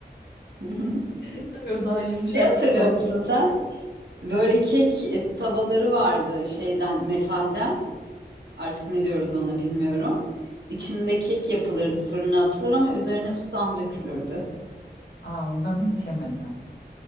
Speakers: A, on the right; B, on the left.
A: <laughs>
B: <laughs> Tabii o daha yumuşak.
A: Şeyi hatırlıyor
B: bir hamur.
A: musun sen? Böyle kek e, tavaları vardı şeyden, metalden. Artık ne diyoruz ona bilmiyorum. İçinde kek yapılırdı, fırına atılır ama üzerine susam dökülürdü.
B: Aa ondan hiç yemedim.